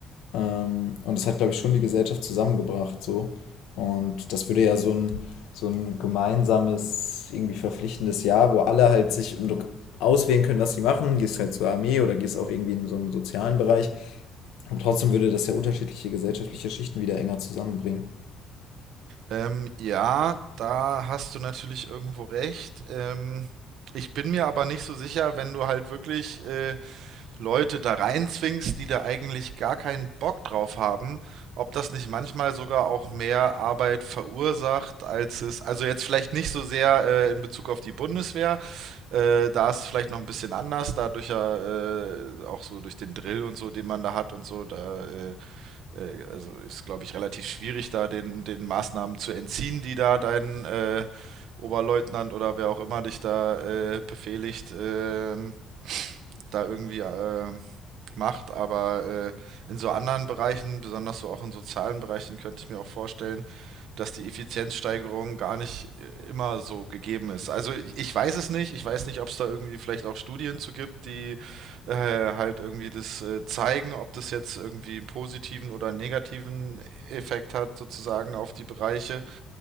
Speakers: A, on the left; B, on the right.
A: Ähm, und das hat, glaube ich, schon die Gesellschaft zusammengebracht, so. Und das würde ja so ein, so ein gemeinsames, irgendwie verpflichtendes Jahr, wo alle halt sich im Dok- auswählen können, was sie machen. Gehst halt zur Armee oder gehst auch irgendwie in so einen sozialen Bereich. Und trotzdem würde das ja unterschiedliche gesellschaftliche Schichten wieder enger zusammenbringen.
B: Ähm, ja, da hast du natürlich irgendwo recht. Ähm, ich bin mir aber nicht so sicher, wenn du halt wirklich äh, Leute da reinzwingst, die da eigentlich gar keinen Bock drauf haben, ob das nicht manchmal sogar auch mehr Arbeit verursacht, als es, also jetzt vielleicht nicht so sehr äh, in Bezug auf die Bundeswehr, äh, da ist es vielleicht noch ein bisschen anders, dadurch ja äh, auch so durch den Drill und so, den man da hat und so, da äh, äh, also ist, glaube ich, relativ schwierig, da den, den Maßnahmen zu entziehen, die da dein äh, Oberleutnant oder wer auch immer dich da äh, befehligt. ähm, da irgendwie äh, macht, aber äh, in so anderen Bereichen, besonders so auch in sozialen Bereichen, könnte ich mir auch vorstellen, dass die Effizienzsteigerung gar nicht äh, immer so gegeben ist. Also ich, ich weiß es nicht, ich weiß nicht, ob es da irgendwie vielleicht auch Studien zu gibt, die äh, halt irgendwie das äh, zeigen, ob das jetzt irgendwie einen positiven oder einen negativen Effekt hat sozusagen auf die Bereiche.